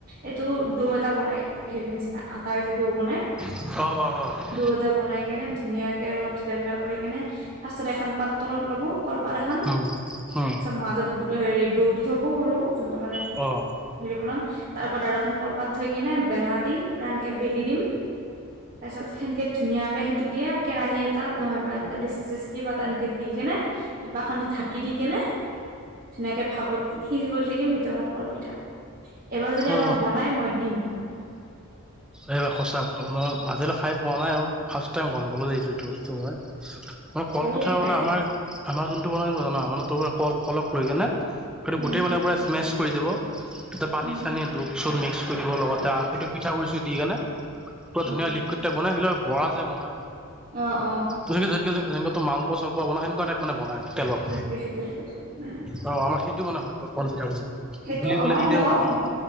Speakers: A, on the right; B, in the centre.
A: এইটো ডো এটা বনাই হেৰি নিচিনা, আটাৰ যে ডো বনাই।
B: অ', অ', অ'।
A: ডো এটা বনাই কেনে, ধুনীয়াকে অলপ ঢিলা ঢিলা কৰি কেনে, ফাষ্টতে এখান পাত তলত ল'ব, কলপাত এখান
B: উম, হুম।
A: মাজত গো, হেৰি ডোটো থব সৰু, যোনটো মানে
B: অ'।
A: হেৰি বনাম, তাৰ‌ওপৰত আৰু এখন কলপাত থৈ কিনে, বেলনা দি, পুৰা এনকে বেলি দিম। তাৰপিছত সেনকে ধুনীয়াকে সেইটো দিয়া, কেৰাহী এটাত নহয় এনকা ডেচকি চেচকি কিবা এটা এনকে দি কেনে, কিবা এখনদি ঢাকি দি কেনে ধুনীয়াকে ভাপত সিজিব দি থাকিম, সেইটো আমাৰ কলপিঠা, এইবাৰ যদি
B: অ
A: আমাৰ বনাই, মই দিম।
B: এইবাৰ সঁচা <inaudible> আজিলৈ খাই পোৱা নাই আৰু, ফাৰ্ষ্ট টাইম গম পালো যে, এই এইটো বস্তু মই। কলপিঠা
A: ভাল লাগে খাই
B: মানে আমাৰ আমাৰ যোনটো বনাই জানা, মানে তোৰল কল কলক লৈ কেনে, সেইটো
A: উম
B: গোটেই মানে স্মেচ কৰি দিব। তাতে পানী
A: উম
B: চানী, দুধ চুধ মিক্স কৰি দিব লগতে, সেইটো পিঠাগুড়ি চুৰি দি কেনে পুৰা
A: উম
B: ধুনীয়া লিকুইড টাইপ বনাই, সেইবিলাক বৰা যে বনাই।
A: অ', অ'।
B: যেনেকে যেনকে যে যেনেকুৱা মালপোৱা চালপোৱা বনায়, সেনেকুৱা টাইপ মানে বনায়। তেলত,
A: বুজি পাইছো বুজি পাইছো উম
B: অ', আমাৰ সেইটো বনায় খুৱাই, কলপিঠা বুলি।
A: সেইটো,
B: বুলি ক'লে
A: আমাৰ
B: সেইটোৱে
A: সেয়াও
B: জানো
A: বনাই।